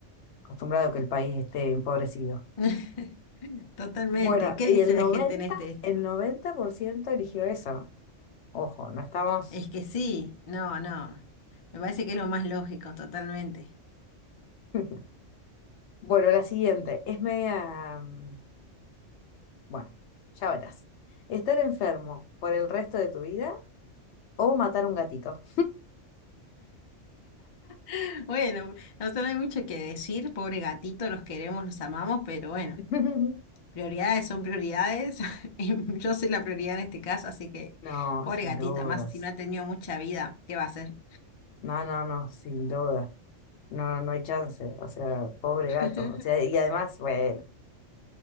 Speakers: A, on the left; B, on the left.
A: acostumbrados a que el país esté empobrecido.
B: <laughs> Totalmente.
A: Bueno,
B: ¿Qué
A: y
B: dice
A: el
B: la
A: noventa
B: gente en este?
A: el noventa por ciento eligió eso. Ojo, no estamos...
B: Es que sí, no, no. Me parece que es lo más lógico, totalmente.
A: <laughs> Bueno, la siguiente es media... mm, Bueno, ya verás. ¿Estar enfermo por el resto de tu vida o matar un gatito?
B: <laughs> Bueno, o sea, no hay mucho que decir, pobre gatito, los queremos, los amamos, pero bueno,
A: <laughs>
B: prioridades son prioridades. <laughs> y Yo soy la prioridad en este caso, así que
A: No,
B: pobre
A: sin
B: gatito,
A: dudas.
B: además si no ha tenido mucha vida, ¿qué va a hacer?
A: No, no, no, sin dudas. No, no hay chance. O sea, pobre
B: <laughs>
A: gato. O sea, y además, bueno,